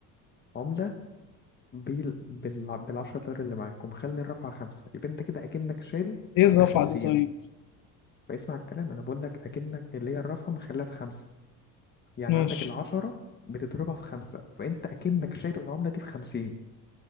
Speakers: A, on the left (about 30°); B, on the left (about 60°).
A: عملة بال... بال... بالعشرة دولار اللي معاك ومخلي الرافعة خمسة يبقى انت كده اكنك شاري
B: ايه الرفعة
A: بخمسين
B: دي طيب
A: بيسمع الكلام انا بقول لك اكنك اللي هي الرافعة مخليها في خمسة يعني
B: ماشي
A: عندك العشرة بتضربها في خمسة فانت اكنك شاري العملة دي بخمسين